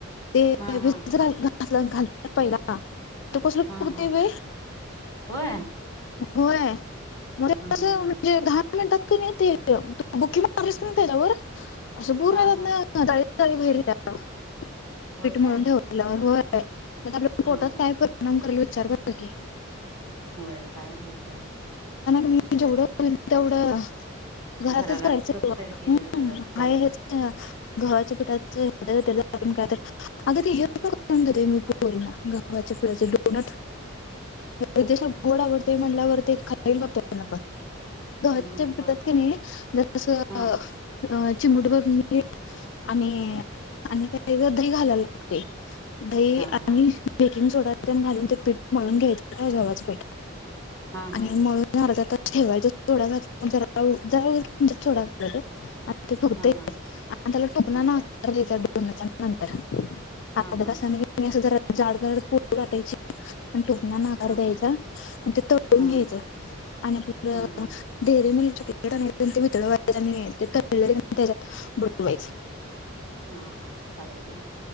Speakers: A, on the left; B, on the right.
A: ते
B: हा
A: <unintelligible>
B: हा
A: आपला घालता पिहिला त कसं
B: हा
A: पुरत
B: हा
A: व्हय
B: होय
A: होय म्हणजे
B: हम्म
A: कस एवढं
B: हम्म
A: दहा मिनटात <unintelligible> बुककी मारलीस की तेच्यावर असं पुर्ण
B: हा हा
A: त्यातन <unintelligible> बाहेर येत्या
B: होय
A: पीठ मळून
B: काय
A: ठेवल्यावर होय म्हणजे आपल्या
B: हा
A: पोटात
B: हा
A: काय परिणाम करल <unintelligible>
B: होय काय होईल त्याचं
A: मी जेवढं होईल तेवढं
B: घराघात
A: घरातच करायचं
B: तस
A: की
B: तरी केलेलं
A: वो
B: बरं होय
A: आहे हेच गव्हाच्या पिठात <unintelligible> आपण काय ते अग ते हे पण करुन देतोय मी पोरींना गव्हाच्या पिठाच डोनट
B: <inaudible>
A: रिधेश ला गोड आवडतय म्हंटल्यावर ते खता ईल बघत त्यांना पण. गव्हाच्या
B: हम्म
A: पिठात
B: बरं
A: की नाही जरास अं
B: हा
A: अं चिमुटभर मीठ आणि आणि काही दही घालायला लागतय. दही
B: हा
A: आणि
B: हा
A: बेकिंग सोडा तेन घालून ते पीठ मळून घ्यायच गव्हाच पीठ
B: हा हा
A: आणि मळून अर्धा ता ठेवायच थोड्या वेळात जरा जरा <unintelligible> किंचित सोडा घालायचं ते फुगतय
B: हा हा
A: आपण त्याला टोपणान
B: होय
A: आकार
B: काय
A: द्यायचा डोनट नंतर अर्धा
B: हा हा
A: तासान असं कीने आस जरा जाड जाड पोळी लाटायची आणि टोपनानं आकार
B: हा
A: द्यायचा
B: हा
A: आणि ते तळून
B: हा
A: घ्यायचं
B: हा
A: आणि आपल
B: हा हा
A: दे ते मिल्क चॉकलेट आणायचं ते वितळवायच आणि ते तळलेल तेच्यात बुडवायचं.
B: हा हा करायचं